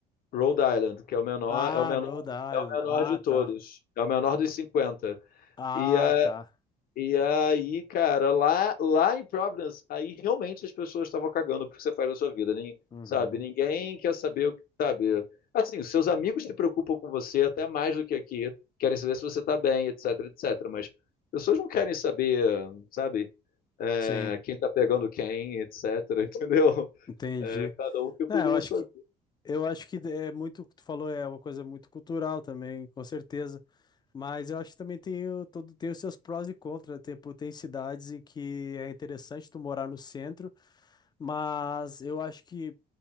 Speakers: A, on the left (about 60°); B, on the left (about 25°).
A: Rhode Island, que é o menor,
B: Ah,
A: é o menor,
B: Rhode Island.
A: é o menor
B: Ah,
A: de todos.
B: tá.
A: É o menor dos cinquenta
B: Ah,
A: E, é,
B: tá.
A: E aí, cara, lá, lá em Providence, aí realmente as pessoas estavam cagando pro que você faz da sua vida, nem,
B: Uhum.
A: sabe? Ninguém quer saber o que, sabe? Assim, os seus amigos se preocupam com você até mais do que aqui, querem saber se você tá bem, etc, etc. Mas pessoas não querem saber, sabe? É,
B: Sim,
A: quem tá pegando quem, etc, <laughs> entendeu?
B: entendi.
A: É, cada um que
B: Não,
A: cuida
B: eu
A: da
B: acho
A: sua
B: que, eu acho que é muito, o que tu falou é uma coisa muito cultural também, com certeza. Mas eu acho que também tem, o- todo, tem os seus prós e contras. Tem, pô, tem cidades em que é interessante tu morar no centro, Mas eu acho que